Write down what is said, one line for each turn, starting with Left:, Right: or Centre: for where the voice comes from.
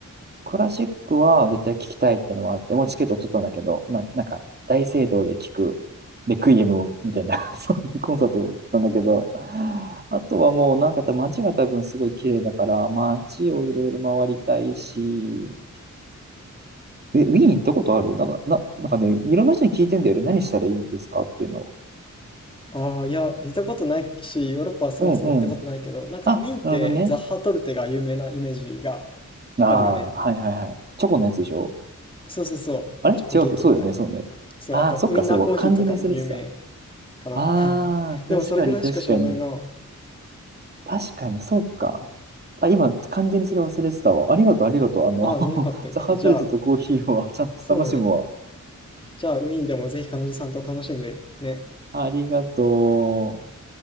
Right: クラシックは絶対聞きたいってのはあって、もうチケット取ったんだけど、まあなんか大聖堂で聞くレクイエムみたいな <laughs> そういうコンサートを取ったんだけど、あとはもうなんか多分街が多分すごい綺麗だから、街をいろいろ回りたいし、え、ウィーン行ったことあるなんか、な、なんかね、いろんな人に聞いてんだよね。何したらいいですかっていうのを。
Left: う。ああ、いや、行ったことないし、ヨーロッパはそもそも行ったことないけど、
Right: うんうん。
Left: なんか、
Right: あ、
Left: ウィーンってザッハトルテが有名なイメージが
Right: なるほどね。ああ、
Left: あるよね。
Right: はいはいはい。チョコのやつでしょ
Left: そうそうそう。
Right: あれ違うっけそうだよね、
Left: チョコケーキみたいな。
Right: そうね。
Left: そう、
Right: ああ、
Left: あと、
Right: そっか、
Left: ウインナーコーヒーとかも有名
Right: それは完全に忘れてた。
Left: かな。
Right: ああ、
Left: <laughs>
Right: 確かに確かに。
Left: でも、それぐらいしか知らないな。
Right: 確かに、そうか。あ、今、完全にそれ忘れてたわ。ありがとう、ありがとう。あの、
Left: ああね、よかったよかった。
Right: <laughs> ザハトレットとコーヒーはちゃんと楽しむわ。
Left: じゃあ、そうね。じゃあ、ウィーンでもぜひ彼女さんと楽しんでね。
Right: ありがとう。